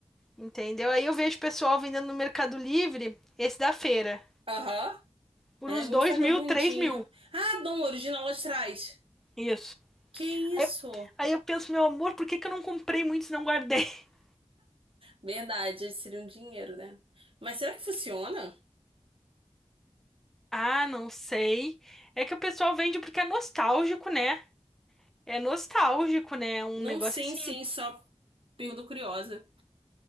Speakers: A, in the centre; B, on the right.
A: Entendeu? Aí eu vejo o pessoal vendendo no Mercado Livre, esse da feira,
B: Aham.
A: por
B: É
A: uns
B: muito
A: 2
B: vagabundinho.
A: mil, 3 mil.
B: Ah, não, original lá atrás.
A: Isso.
B: Que
A: Aí,
B: isso?
A: eu- aí eu penso, meu amor, por que que eu não comprei muito e não guardei? <laughs>
B: Verdade, seria um dinheiro, né? Mas será que funciona?
A: Ah, não sei. É que o pessoal vende porque é nostálgico, né? É nostálgico, né? Um
B: Não,
A: negócio
B: sim,
A: assim.
B: sim, só pergunta curiosa.